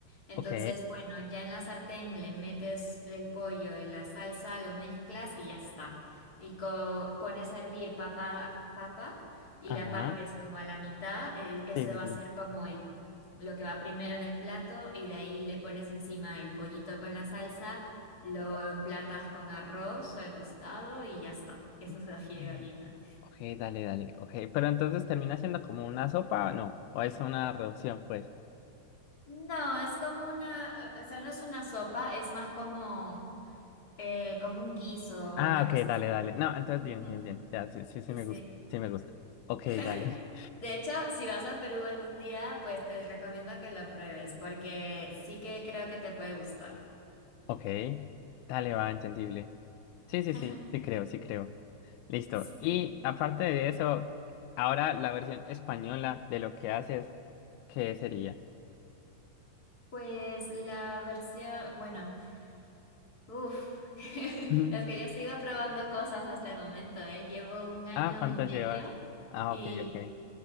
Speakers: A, on the left; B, on the left.
A: Entonces,
B: Ok,
A: bueno, ya en la sartén le metes el pollo en la salsa, lo mezclas y ya está. Y co- pones a hervir papa, papa y
B: ajá,
A: la partes como a la mitad. eh, eso
B: sí, sí,
A: va
B: sí.
A: a ser como el, lo que va primero en el plato y de ahí le pones encima el pollito con la salsa. Lo emplatas con arroz al costado y ya está. Esa
B: Mm.
A: es ají de gallina.
B: Ok, dale, dale, ok, pero entonces termina siendo como una sopa, no, o es una reducción, pues.
A: No, es como una, o sea, no es una sopa, es más como, eh, como un guiso o
B: Ah,
A: una
B: ok,
A: cosa
B: dale,
A: así.
B: dale, no, entonces
A: Ujú.
B: bien, bien, bien, ya, sí, sí, sí
A: Sí,
B: me
A: sí.
B: gusta, sí me gusta. Ok,
A: <laughs>
B: dale,
A: De hecho, si vas a Perú algún día, pues te recomiendo que lo pruebes, porque sí que creo que te puede gustar.
B: <laughs> ok, dale, va, entendible. Sí,
A: <laughs>
B: sí, sí, sí creo, sí creo. Listo,
A: Sí.
B: y aparte de eso, ahora la versión española de lo que haces, ¿qué sería?
A: Pues la versión, bueno. Uf, <laughs>
B: <laughs>
A: es que yo sigo probando cosas hasta el momento, ¿eh? Llevo un año
B: Ah, ¿cuánto
A: y medio
B: llevas? Ah,
A: y
B: ok, ok.